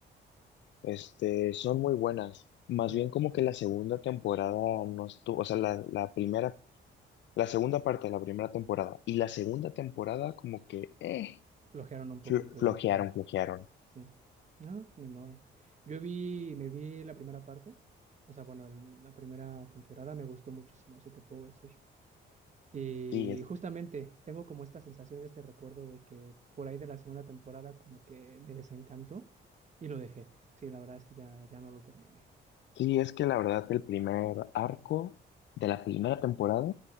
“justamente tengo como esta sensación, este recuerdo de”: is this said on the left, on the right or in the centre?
Right